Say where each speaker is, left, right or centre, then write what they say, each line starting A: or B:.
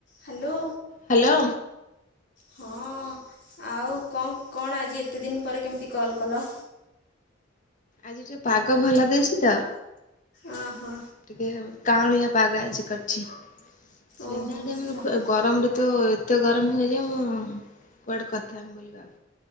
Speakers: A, on the left; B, on the left.
A: ହ୍ୟାଲୋ।
B: ହ୍ୟାଲୋ।
A: ହଁ ଆଉ କଣ କଣ ଆଜି ଏତେ ଦିନ ପରେ କେମିତି କଲ୍ କଲ।
B: ଆଜି ଟିକେ ପାଗ ଭଲ ଦେଇଛି ତ।
A: ଓ ହୋ।
B: ଟିକେ କାଁଳିଆ ପାଗ ଆଛି କରିଛି ସେନା
A: ଓହୋ
B: ଆଡୋନେ
A: ହଁ
B: <unintelligible> ଗରମରେ ତ ଏତେ ଗରମ ହୁଏଯାଏ ମୁଁ କୁଆଡେ କଥା ହେବ ବୋଲି